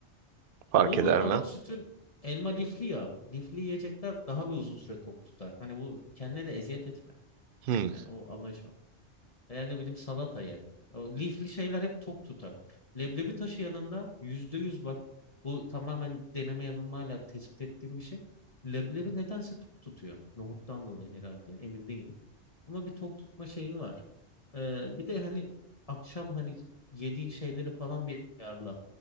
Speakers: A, on the right; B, on the left.
A: fark
B: Olur
A: eder
B: ama
A: mi?
B: sütün elma lifli ya. Lifli yiyecekler daha bir uzun süre tok tutar. Hani bu kendine de eziyet etme.
A: Hı.
B: Yani o amaç o. Yani ne bileyim salata ye. O lifli şeyler hep tok tutar. Leblebi taşı yanında yüzde yüz bak bu tamamen deneme yanılmayla tespit ettiğim bir şey. Leblebi nedense tok tutuyor. Nohuttan dolayı herhalde emin değilim. Ama bir tok tutma şeyi var. Ee, bir de hani akşam hani yediğin şeyleri falan bir ayarla.